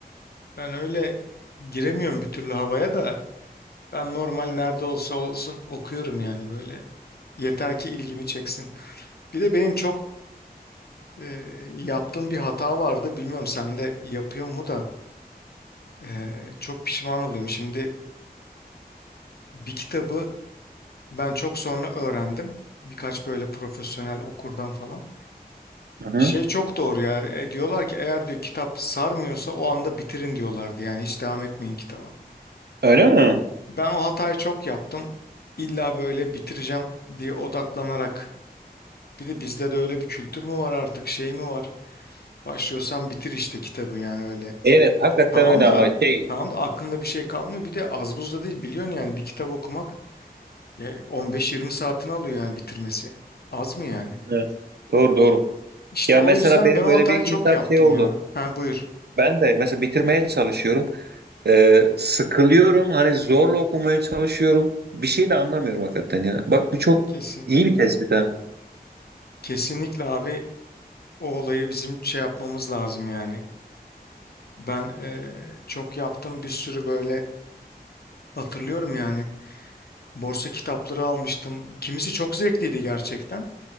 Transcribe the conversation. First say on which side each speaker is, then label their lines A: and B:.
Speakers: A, on the left; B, on the right.
A: Ben öyle giremiyorum bir türlü havaya da. Ben normal nerede olsa olsun okuyorum yani böyle. Yeter ki ilgimi çeksin. Bir de benim çok e, yaptığım bir hata vardı. Bilmiyorum sen de yapıyor mu da. E, çok pişman oluyorum. Şimdi bir kitabı Ben çok sonra öğrendim. Birkaç böyle profesyonel okurdan falan.
B: Hı hı.
A: Şey çok doğru ya. E, diyorlar ki eğer diyor kitap sarmıyorsa o anda bitirin diyorlardı. Yani hiç devam etmeyin kitaba.
B: Öyle mi?
A: Ben o hatayı çok yaptım. İlla böyle bitireceğim diye odaklanarak. Bir de bizde de öyle bir kültür mü var artık şey mi var? Başlıyorsan bitir işte kitabı yani öyle.
B: Evet, hakikaten
A: Tamam
B: öyle
A: da
B: ama şey,
A: tamam da aklında bir şey kalmıyor. Bir de az buz da değil biliyorsun yani bir kitap okumak e, 15-20 saatini alıyor yani bitirmesi. Az mı yani?
B: evet. Doğru doğru.
A: İşte
B: Ya
A: o
B: mesela
A: yüzden
B: benim
A: ben o
B: böyle
A: hatayı
B: bir iki
A: çok
B: kitap
A: yaptım
B: şey oldu.
A: ya. Ha buyur.
B: Ben de mesela bitirmeye çalışıyorum. Ee, sıkılıyorum. Hani zorla okumaya çalışıyorum. Bir şey de anlamıyorum hakikaten ya. Bak bu çok
A: Kesin.
B: iyi bir tespit ha.
A: Kesinlikle abi o olayı bizim şey yapmamız lazım yani. Ben eee, çok yaptım bir sürü böyle hatırlıyorum yani. Borsa kitapları almıştım. Kimisi çok zevkliydi gerçekten.